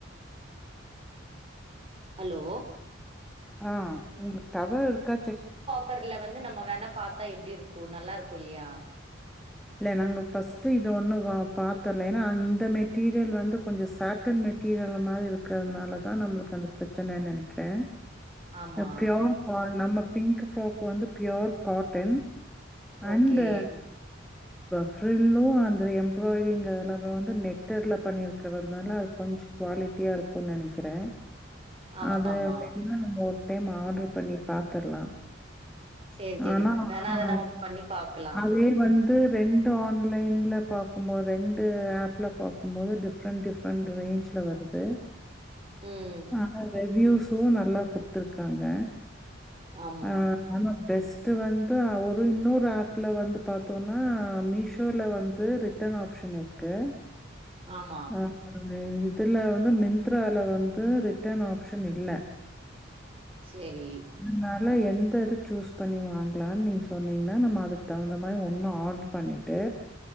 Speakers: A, on the right (about 30°); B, in the centre.
A: ஹலோ
B: ஆ உங்களுக்கு டவர் இருக்கா செக்
A: வர்ல வந்து நம்ம வேன பாத்தா எப்டி இருக்கு நல்லா இருக்கு இல்லியா
B: இல்ல நாங்க ஃபஸ்ட் இது ஒன்னு பாத்தர்ல ஏனா அந்த மெட்டீரியல் வந்து கொஞ்ச சாட்டன் மெட் டீரியல் மாரி இருக்கிறதுனாலதா நம்ளுக்கு அந்த பிரச்சனன்னு நெனைக்கிறே
A: ஆமா
B: ப்யோர் நம்ம பிங்க் ஃபோக் வந்து pure cotton
A: okay
B: and frill அந்த எம்ப்ராய்டிங் எல்லாமே வந்து நெட்டர்ல பண்ணிரு கிடந்தால அது கொஞ்ச குவாலிட்டியா இருக்குன் நெனக்கிறே
A: ஆமா
B: அது
A: ஆமா
B: வேணுனா நம்ம ஒரு டைம் ஆர்டர் பண்ணி பாத்துர்லா
A: சேரி சேரி
B: ஆனா
A: வேணா
B: அ
A: அத நம்ம பண்ணி பாக்கலா
B: அதே வந் து ரெண்டு ஆன்லைன்ல பாக்கும்போது ரெண்டு ஆப்ல பாக்கும் போது டிஃப் டிஃப்ரெண்ட் டிஃப்ரெண்ட் ரேஞ்ச்ல வருது
A: ம்
B: ஆ ரெவ்யூஸு நல்லா கொடுத்துருக்காங்க
A: ஆமா
B: ஆ ஆனா பெஸ்ட் வந்து ஒரு இன்னோரு ஆப்ல வந்து பா த்தோன்னா மீஷோல வந்து ரிட்டன் ஆப்ஷன் இருக்கு
A: ஆமா
B: ஆ இதுல வந்து மிந்த்ரால வந்து ரிட்டன் ஆப்ஷன் இல்ல ஷ்ஷ்ஷ்
A: சேரி
B: அதனால எந்த இது சூஸ் பண்ணி வாங்கலான்னு நீங்க சொன்னீங்கன்னா நம்ம அதுக்கு தகுந்த மாரி ஒன்னா ஆர்ரு பண்ணிட்டு